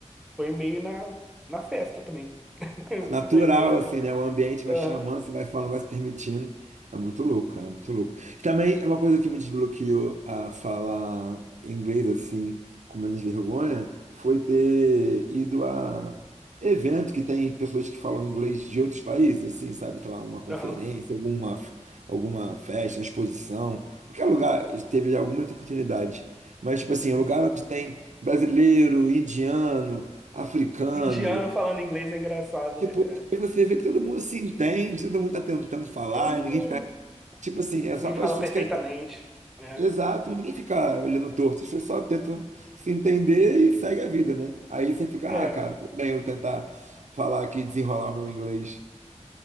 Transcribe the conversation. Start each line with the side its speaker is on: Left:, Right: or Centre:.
Centre: foi meio na, na festa também. <laughs>
Right: natural,
Centre: Que doideira,
Right: assim,
Centre: né?
Right: né? O ambiente vai
Centre: Aham,
Right: chamando, você vai falando, vai se permitindo. É muito louco, cara, é muito louco. Também é uma coisa que me desbloqueou a falar inglês, assim, com menos vergonha, foi ter ido a evento que tem pessoas que falam inglês de outros países, assim, sabe? Sei lá, uma conferência,
Centre: aham.
Right: alguma, f- alguma festa, uma exposição, qualquer lugar, teve já algumas oportunidades. Mas, tipo assim,
Centre: Uhum.
Right: um lugar onde tem brasileiro, indiano, africano,
Centre: Indiano falando inglês é engraçado,
Right: Tipo,
Centre: né, cara?
Right: e você vê que todo mundo se entende, todo mundo tá tentando falar,
Centre: Todo
Right: e ninguém
Centre: mundo.
Right: fica. Tipo assim, é só
Centre: Ninguém
Right: para
Centre: fala
Right: as pessoas
Centre: perfeitamente,
Right: que querem saber.
Centre: né?
Right: Exato, e ninguém fica olhando torto, as pessoas só tentam se entender e segue a vida, né? Aí você fica,
Centre: É.
Right: ah, cara, tudo bem eu tentar falar aqui, desenrolar o meu inglês.